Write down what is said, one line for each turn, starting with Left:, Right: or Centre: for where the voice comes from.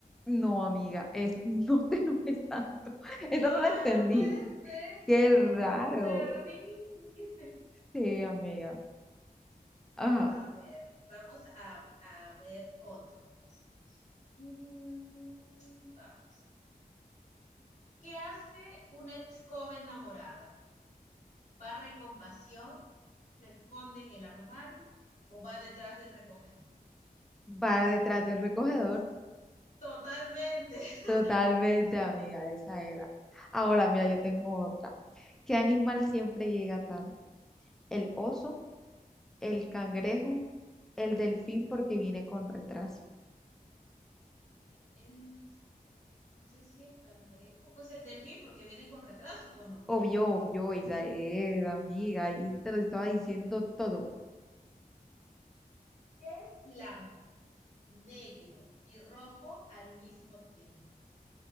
Centre: No, amiga, es <laughs> no te enojes tanto. <laughs> Esa
Left: Ay,
Centre: no la entendí.
Left: no puede ser.
Centre: Qué raro.
Left: No, perdí. <laughs>
Centre: Sí, amiga. Ajá.
Left: A ver, vamos a, a ver otro. Mm, vamos. ¿Qué hace una escoba enamorada? ¿Barre con pasión? ¿Se esconde en el armario? ¿O va detrás del recogedor?
Centre: Va detrás del recogedor.
Left: Totalmente. <laughs>
Centre: Totalmente, amiga, esa era. Ahora, mira, yo tengo otra. ¿Qué animal siempre llega tarde? ¿El oso, el cangrejo, el delfín porque viene con retraso?
Left: Eh, pues no sé si el cangrejo, pues el delfín, porque viene con retraso o no.
Centre: Obvio, obvio, esa es, amiga. Ahí te lo estaba diciendo todo.
Left: ¿Qué es blanco, negro y rojo al mismo tiempo?